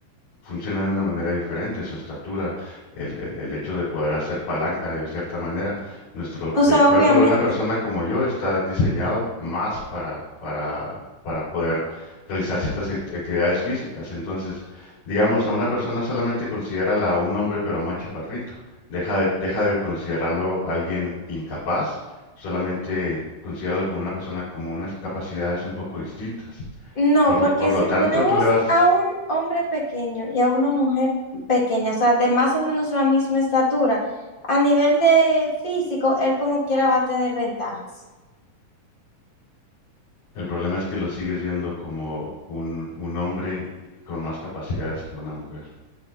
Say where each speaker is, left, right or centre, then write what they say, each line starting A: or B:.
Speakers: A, on the left; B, on the left.
A: funciona de una manera diferente, su estatura, el, el- el hecho de poder hacer palanca de cierta manera. Nuestro,
B: O
A: el
B: sea,
A: cuerpo
B: obviamente.
A: de una persona como yo está diseñado más para, para, para poder realizar ciertas actividades físicas. Entonces, digamos, a una persona solamente considérala un hombre pero más chaparrito. Deja de, deja de considerarlo alguien incapaz, solamente considéralo como una persona como unas capacidades un poco distintas.
B: No,
A: Por,
B: porque
A: por lo
B: si
A: tanto,
B: ponemos
A: tú le vas,
B: a un hombre pequeño y a una mujer pequeña, o sea, de más o menos la misma estatura, a nivel de físico, él como quiera va a tener ventajas.
A: El problema es que lo sigues viendo como un, un hombre con más capacidades que una mujer.